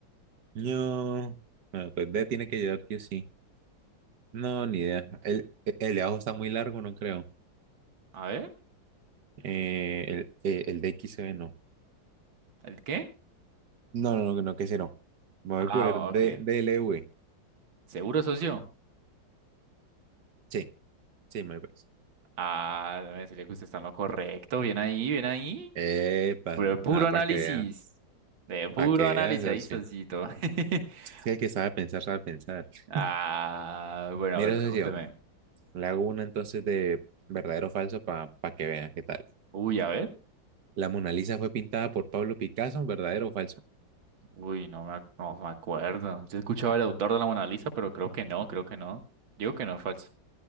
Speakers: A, on the right; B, on the right.
A: No. Bueno, pues B tiene que llegar que sí. No, ni idea. El, el de abajo está muy largo, no creo.
B: A ver.
A: Eh, el, eh, el de XB no.
B: ¿El qué?
A: No, no, no, no, que ese no. Me voy
B: Ah,
A: por el
B: ok.
A: D, DLV.
B: ¿Seguro, socio?
A: Sí, sí, me parece.
B: Ah, déjame decirle que usted está en lo correcto. Bien ahí, bien ahí.
A: Epa,
B: De puro
A: nada,
B: análisis.
A: para que vea.
B: De puro
A: Para que vea,
B: análisis
A: socio.
B: ahí, socito.
A: Sí,
B: <laughs>
A: Sí, el que sabe pensar, sabe pensar.
B: Ah,
A: <laughs>
B: bueno,
A: Mira,
B: a ver, pregúnteme.
A: socio, le hago una entonces de verdadero o falso para que vea qué tal.
B: Uy, a ver.
A: La Mona Lisa fue pintada por Pablo Picasso, ¿verdadero o falso?
B: Uy, no me, ac- no me acuerdo. Yo he escuchado el autor de la Mona Lisa, pero creo que no, creo que no. Digo que no es falso.